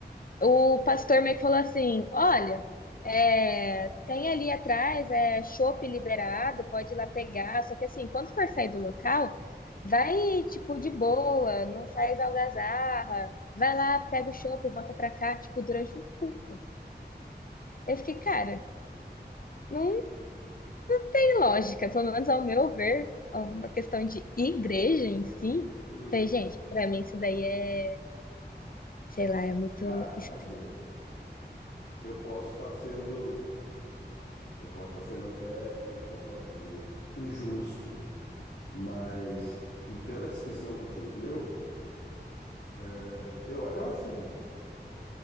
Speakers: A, on the left; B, on the left.
A: o pastor meio que falou assim: Olha, é, tem ali atrás é chopp liberado, pode ir lá pegar. Só que assim, quando for sair do local, vai tipo de boa, não faz algazarra, vai lá, pega o chopp e volta pra cá, tipo, durante um culto. Eu fiquei,
B: tá.
A: cara, não tem lógica, pelo menos ao meu ver, uma questão de igreja em si.
B: hum.
A: Falei, gente, pra mim isso daí é, sei lá, é muito
B: Cara,
A: estranho.
B: assim. Eu posso estar sendo, eu posso estar sendo até, como é que eu posso dizer? Injusto, mas pela descrição que você me deu, é, eu, eu acho o seguinte,